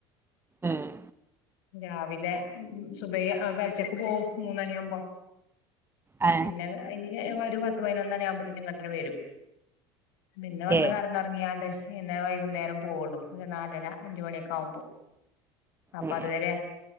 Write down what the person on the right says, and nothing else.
ഏഹ്
ആ
ഏ
ഏ